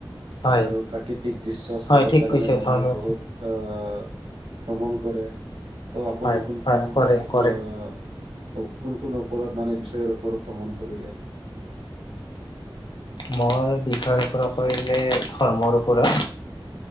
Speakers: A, on the left (about 60°); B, on the right (about 75°).
A: হয়
B: আৰু প্ৰাকৃতিক দৃশ্য চাবৰ
A: হয় ঠিক
B: কাৰণে
A: কৈছে
B: মানুহে
A: ধৰ্মীয়
B: বহুত আহ ভ্ৰমণ কৰে তনি
A: হয়
B: একণ
A: হয়
B: কণ
A: কৰে কৰে
B: অ <unintelligible> কোন কোন ওপৰত মানে বিষয়ৰ ওপৰত ভ্ৰমণ কৰিলে
A: মই বিষয়ৰ পৰা কৰিলে ধৰ্মৰ পৰা